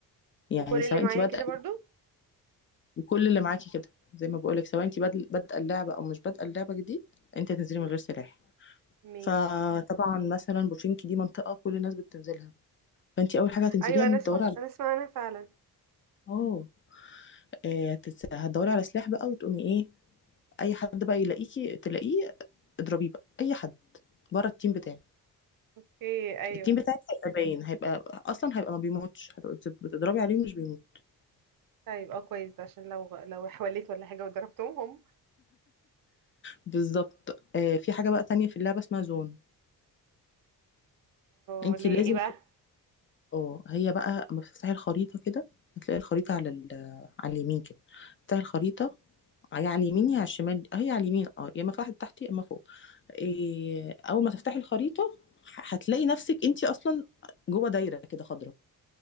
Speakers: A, on the left; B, on the right.
A: يعني
B: وكل
A: سواء
B: اللي معايا
A: انت بادئه
B: كده برضو
A: وكل اللي معاكي كده زي ما بقولك سواء انت بادئه اللعبه او مش بادئه اللعبه جديد انت هتنزلي
B: امم
A: من غير سلاح
B: ماشي
A: فطبعا مثلا بوشينكي دي منطقة كل الناس بتنزلها فانتي اول حاجة هتنزليها
B: ايوه
A: انك
B: انا اسمع
A: تدوري على
B: انا اسمع انا فعلا
A: اه آه، هتس- هتدوري على سلاح بقى وتقومي ايه اي حد بقى يلاقيكي تلاقيه اضربيه بقى اي حد بره التيم بتاعك
B: اوكي ايوه
A: التيم بتاعك هيبقى باين هيبقى اصلا هيبقى ما بيموتش هتبقى بت- بتضربي عليه ومش بيموت
B: طيب اه كويس ده عشان لو غ- لو حوليت ولا حاجه وضربتهم
A: بالظبط آه، في حاجة بقى تانية في اللعبة اسمها زون انتي
B: ولا ايه
A: لازم
B: بقى
A: اه هي بقى اما بتفتحي الخريطة كده هتلاقي الخريطة على ال... على اليمين كده تفتحي الخريطة هي على اليمين يا على الشمال هي على اليمين اه يا اما فتحت تحت يا اما فوق إيه... اول ما تفتحي الخريطة ح- هتلاقي نفسك انت اصلا جوه دايرة كده خضراء